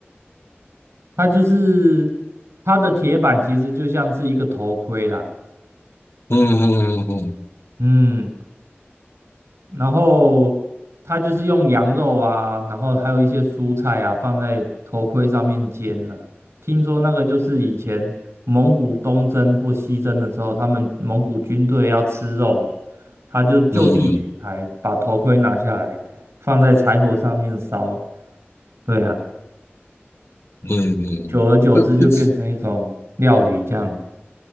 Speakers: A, on the right; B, on the left.
A: 它就是它的铁板其实就像是一个头盔啦。
B: 嗯嗯嗯
A: 嗯。然后他就是用羊肉啊，然后还有一些蔬菜啊，放在头盔上面煎呢、听说那个就是以前蒙古东征或西征的时候，他们蒙古军队要吃肉嘛，他就就地取材，
B: 嗯
A: 把头盔拿下来，放在柴火上面烧。对啊，
B: 嗯嗯，
A: 久而久之就变成一种料理这样。
B: 那听起，